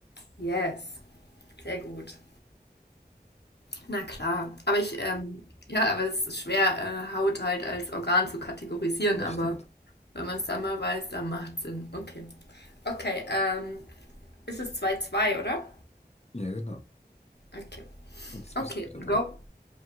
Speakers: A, on the left; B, on the left.
A: Yes, sehr gut. Na klar, aber ich, ähm, ja, aber es ist schwer, äh, Haut halt als Organ zu kategorisieren,
B: Das
A: aber
B: stimmt.
A: Wenn man es dann mal weiß, dann macht es Sinn. Okay. Okay, ähm, ist es zwei zwei, oder?
B: Ja, genau.
A: Okay.
B: Jetzt
A: Okay,
B: bist du wieder dran.
A: go.